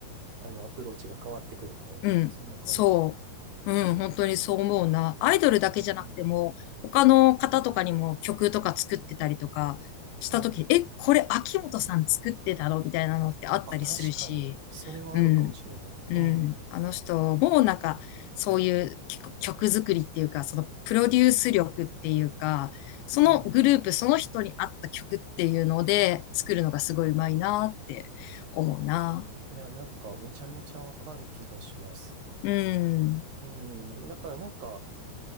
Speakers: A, on the right; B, on the left.
A: あの、アプローチが変わってくるみたいな、
B: うん、
A: そんな感じです。
B: そう。うん、
A: へえ。
B: 本当にそう思うな。アイドルだけじゃなくても、
A: うん。
B: 他の方とかにも曲とか作ってたりとかしたとき、
A: はい。
B: え、これ秋元さん作ってたのみたいなのってあったりするし、
A: あ、確かに、それはあるかもしれない。
B: うん、うん。
A: うん。うん
B: あの人、もうなんか、そういう曲曲作りっていうか、そのプロデュース力っていうか、
A: う
B: そのグループ、その人に合った曲っていうので作るのがすごいうまいなって思うな。
A: ん。いや、なんかめちゃめちゃわかる気がします。
B: うん、
A: うん、だからなんか、